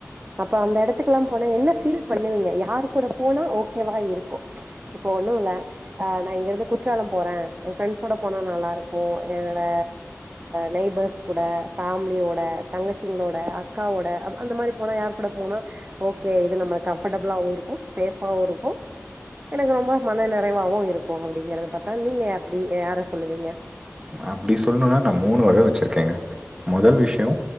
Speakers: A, on the right; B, on the right.
A: அப்ப அந்த எடத்துக்கெல்லா போனா என்ன ஃபீல் பண்ணுவீங்க யாரு கூட போனா ஓகேவா இருக்கும் இப்ப ஒண்ணு இல்ல ஆ நா இங்கருந்து குற்றாலம் போறே என் ஃபிரெண்ட்ஸோட போனா நல்லாருக்கு என்னோட நெயபர்ஸ் கூட ஃபேமிலியோட தங்கச்சிங்களோட அக்காவோட அந் அந்த மாரி போனா யார் கூட போனா ஓகே இது நம்ம கம்ஃபர்டபிளாவு இருக்கும் சேஃபாவு இருக்கும் எனக்கு ரொம்ப மன நெறைவாவு இருக்கும் அப்டிங்கறத பாத்தா நீங்க அப்டி யார சொல்லுவீங்க
B: அப்டி சொல்ணுன்னா நா மூணு வக வச்சிருக்கேங்க முதல் விஷயொ